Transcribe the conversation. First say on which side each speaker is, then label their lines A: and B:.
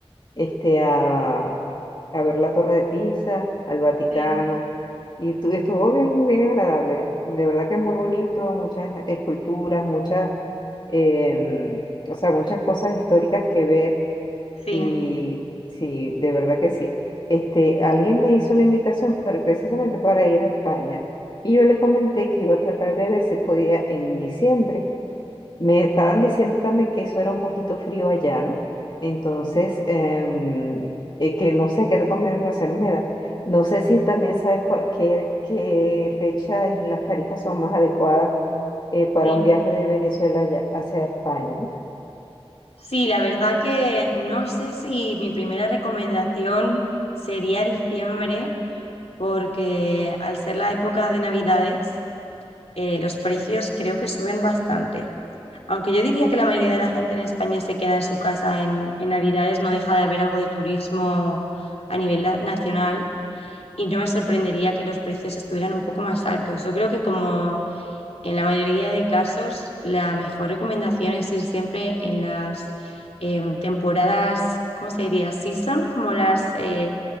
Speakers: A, on the left; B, on the left.
A: este, a, a ver la Torre de Pisa, al Vaticano,
B: Sí,
A: y tu- estuvo bien, bien agradable. De verdad que es muy bonito, muchas esculturas, muchas, em, o sea, muchas cosas históricas que ver,
B: sí,
A: y sí, de verdad que sí. Este, alguien me hizo la invitación para- precisamente para ir a España, y yo le comenté que iba a tratar de ver si podía en diciembre. Me estaban diciendo también que eso era un poquito frío allá, ¿no? Entonces, em, eh, que no sé qué recomendaciones me da. No sé si también sabes cuál- qué, qué fecha es- las tarifas son más adecuadas eh, para
B: sí.
A: un viaje de Venezuela allá hacia España, ¿no?
B: Sí, la verdad que no sé si mi primera recomendación sería diciembre, porque al ser la época de Navidades, eh, los precios creo que suben bastante. Aunque yo diría que la mayoría de la gente en España se queda en su casa en, en Navidades, no deja de haber algo de turismo a nivel la- nacional y no me sorprendería que los precios estuvieran un poco más altos. Yo creo que como en la mayoría de casos, la mejor recomendación es ir siempre en las eh, temporadas, ¿cómo se diría? Season, como las, eh,